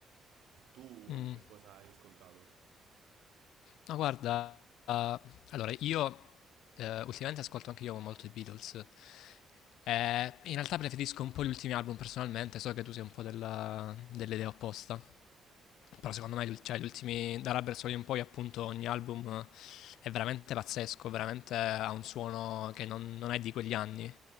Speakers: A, on the right; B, on the left.
A: Tu
B: Mm.
A: che cosa hai ascoltato?
B: Ma guarda, eh, Allora, io eh, ultimamente ascolto anche io molto i Beatles. Eh, in realtà preferisco un po' gli ultimi album personalmente, so che tu sei un po' della- dell'idea opposta. Però secondo me, gli- cioè, gli ultimi, da Rubber Soul in poi, appunto, ogni album eh, è veramente pazzesco, veramente ha un suono che non, non è di quegli anni.